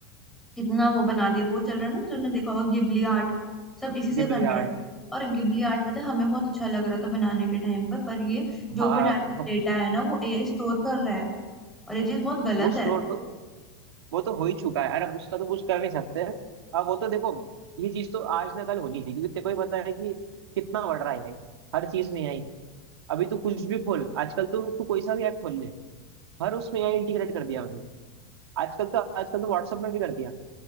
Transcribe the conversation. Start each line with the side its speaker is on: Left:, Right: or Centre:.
Centre: कितना वो बना दिया वो चल रहा है ना तुमने देखा होगा गिबली आर्ट सब इसी से
Right: Ghibli
Centre: बन रहा
Right: art
Centre: है और गिबली आर्ट पता है हमें बहुत अच्छा लग रहा था बनाने के टाइम पर पर ये जो
Right: हाँ
Centre: भी डाटा
Right: अब
Centre: डेटा है ना वो एआई स्टोर कर रहा है और ये चीज बहुत गलत
Right: वो स्टोर
Centre: है
Right: तो वो तो हो ही चुका है अरे अब उसका तो कुछ कर नहीं सकते अब वो तो देखो ये चीज तो आज ना कल होनी थी क्योंकि तेको ही पता है कि कितना बढ़ रहा है भाई हर चीज में आई अभी तो कुछ भी खोल आजकल तो तू कोई सा भी ऐप खोल ले हर उसमें एआई इंटीग्रेट कर दिया आजकल तो आजकल तो व्हाट्सएप में भी कर दिया